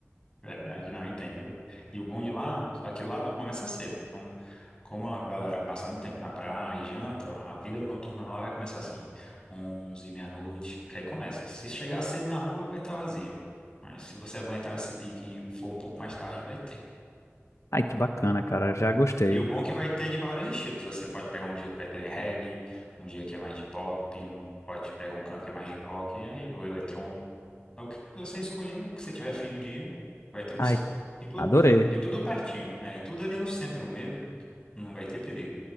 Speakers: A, on the left; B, on the left.
A: Verdade, não, e tem, viu? E o bom de lá, só que lá não começa cedo. Então, como a galera passa muito tempo na praia e janta, a vida noturna lá vai começar assim, 11, meia-noite, que aí começa. Se chegar cedo na rua, vai estar vazia. Mas se você aguentar esse pique e for um pouco mais tarde, vai ter.
B: Ai, que bacana, cara, já gostei.
A: E o bom é que vai ter de vários estilos. Você pode pegar um dia que vai ter reggae, um dia que é mais de pop, um- pode pegar um canto que é mais de rock, e aí, ou eletrônico. É o que você escolher, o que você tiver afim no dia, vai ter opção.
B: Ai,
A: E, tu,
B: adorei.
A: e tudo pertinho, é, e tudo ali no centro mesmo, não vai ter perigo.